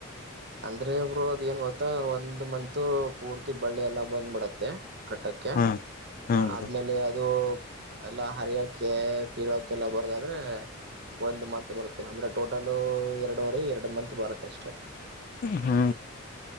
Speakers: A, on the right; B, on the left.
A: ಅಂದ್ರೆ ಒಬ್ರು ಅದ್ ಏನ್ ಗೊತ್ತ ಒಂದ್ ಮಂತ್ ಪೂರ್ತಿ ಬಳ್ಳಿ ಎಲ್ಲಾ ಬಂದ್ಬಿಡತ್ತೆ ಕಟ್ಟಕ್ಕೆ
B: ಹಾ ಹಾ ಬ್ರೋ
A: ಆದ್ಮೇಲೆ ಅದು ಎಲ್ಲಾ ಹರಿಯಕೆ ಕೀಳೋಕ ಎಲ್ಲ ಬರದಾದ್ರೆ ಒಂದ್ ಮಂತ್ ಬರುತ್ತೆ ಅಂದ್ರೆ ಟೋಟಲ್ ಎರಡವರಿ ಎರಡು ಮಂತ್ ಬರುತ್ತೆ ಅಷ್ಟೆ
B: ಹ್ಮ